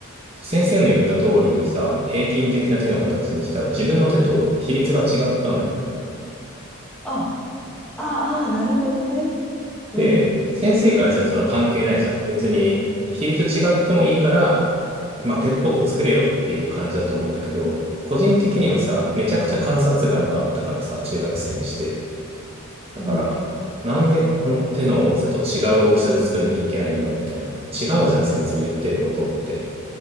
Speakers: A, on the right; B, in the centre.
A: 先生の言った通りにさ、
B: うん。
A: 平均的な手の形にしたら自分の手と比率が違ったのよ。
B: あ、ああ、ああ、なるほどね。うん、
A: で、先生からしたらその関係ないじゃん。別に比率違ってもいいから、まあ、手っぽく作れよっていう感じだと思うんだけど、個人的にはさ、
B: うん、
A: めちゃくちゃ観察眼があったからさ、中学生にして。だから、
B: うん。
A: なんでこの手の大きさと違う大きさで作んなきゃいけないんだろうみたいな。違うじゃん、先生言ってることって。